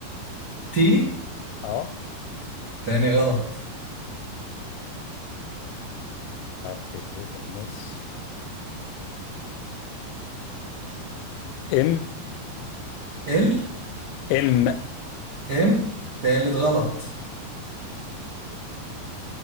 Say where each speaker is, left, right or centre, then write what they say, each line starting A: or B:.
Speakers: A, on the right (about 50°); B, on the left (about 80°).
A: تي
B: اه
A: تاني غلط
B: حرف الايه في النص ام
A: ال
B: ام
A: ام تالت غلط